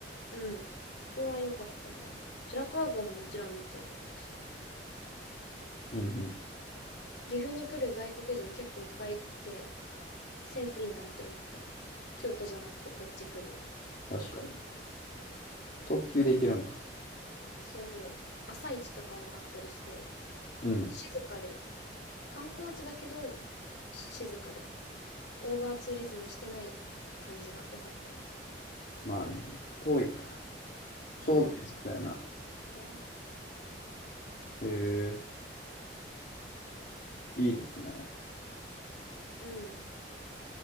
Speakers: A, on the left; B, on the left.
A: う。うん。そこは良かったな。白川郷ももちろんめっちゃ良かったし。
B: うんうん。
A: 岐阜に来る外国人結構いっぱいいて、センスいいなって思った。京都じゃなくてこっち来るの。
B: 確かに。特急で行けるんか。
A: そう。朝市とかもあったりして、
B: うん。
A: 静かで、観光地だけど、静かで、オーバーツーリズムしてない感じが良かったね。
B: まあね。遠いから。ちょうどいいさやな。
A: うん、そうね。
B: へえ、いいですね。
A: うん。